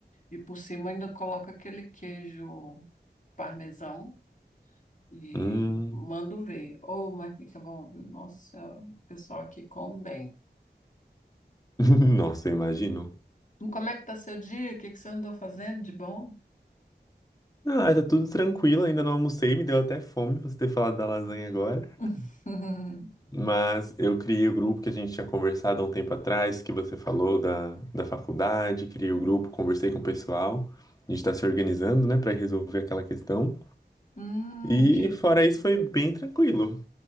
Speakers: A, on the left; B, on the left.
A: e por cima ainda coloca aquele queijo parmesão e
B: Hum,
A: mando ver. Oh, mas fica bom, viu? Nossa, o pessoal aqui come bem.
B: <laughs> nossa, eu imagino.
A: E Como é que tá seu dia? O que que você andou fazendo de bom?
B: Ah, tá tudo tranquilo, ainda não almocei, me deu até fome você ter falado da lasanha agora.
A: <laughs>
B: Mas eu criei o grupo que a gente tinha conversado há um tempo atrás, que você falou da, da faculdade, criei o grupo, conversei com o pessoal. A gente está se organizando, né, para resolver aquela questão.
A: Hum,
B: E
A: que...
B: fora isso, foi bem tranquilo.